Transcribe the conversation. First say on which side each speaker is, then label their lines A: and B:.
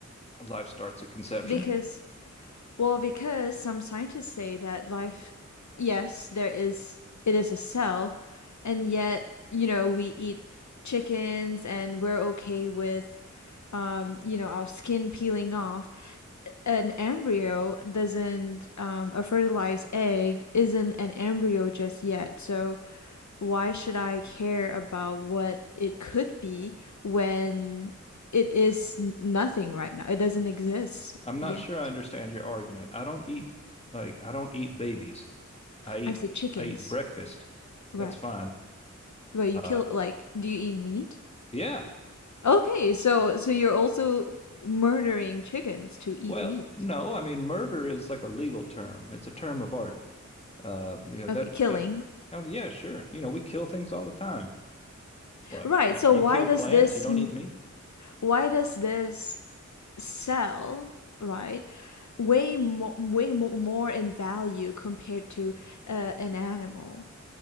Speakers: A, on the left; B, on the left.
A: Life starts at conception.
B: Because Well, because some scientists say that life, yes, there is, it is a cell, and yet, you know, we eat chickens and we're okay with, um, you know, our skin peeling off. An embryo doesn't, um, a fertilized egg isn't an embryo just yet. So why should I care about what it could be when it is n- nothing right now? It doesn't exist
A: I'm not
B: yet.
A: sure I understand your argument. I don't eat like I don't eat babies. I eat
B: I've said chickens.
A: I eat breakfast.
B: Right.
A: That's fine.
B: Well, you
A: Uh,
B: kill like do you eat meat?
A: yeah.
B: Okay, so so you're also murdering chickens to eat
A: Well,
B: meat.
A: no, I mean murder is like a legal term. It's a term of art. Uh, you know that's
B: Okay, killing.
A: that. Oh yeah, sure. You know we kill things all the time. What?
B: Right.
A: Like
B: So
A: you
B: why
A: kill
B: does
A: plants?
B: this
A: You don't eat meat?
B: why does this sell, right? Way more way mo- more in value compared to uh, an animal.